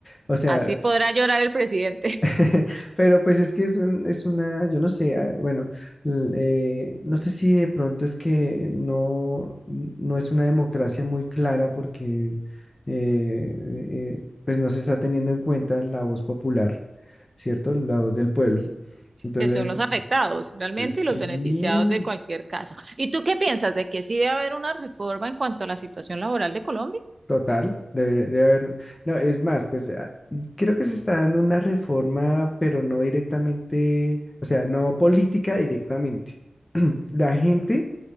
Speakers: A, on the left; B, on the right.
A: o sea,
B: Así podrá llorar el presidente. <laughs>
A: <laughs> pero pues es que es, un- es una, yo no sé, ah, bueno, l- eh, no sé si de pronto es que no, no es una democracia muy clara porque eh, eh, pues no se está teniendo en cuenta la voz popular, ¿cierto? La voz del pueblo.
B: Sí.
A: Entonces,
B: que son los afectados realmente
A: sí,
B: y los beneficiados de cualquier caso. ¿Y tú qué piensas de que sí debe haber una reforma en cuanto a la situación laboral de Colombia?
A: Total, debe, debe haber. No, es más, pues ah, creo que se está dando una reforma, pero no directamente, o sea, no política directamente. <clears throat> La gente,